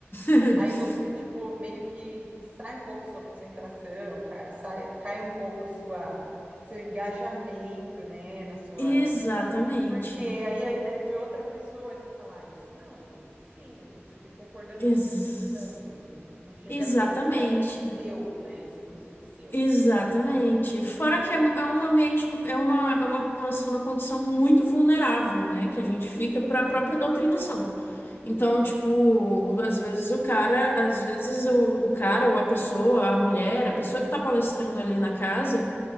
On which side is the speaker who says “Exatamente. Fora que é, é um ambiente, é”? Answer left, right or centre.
Left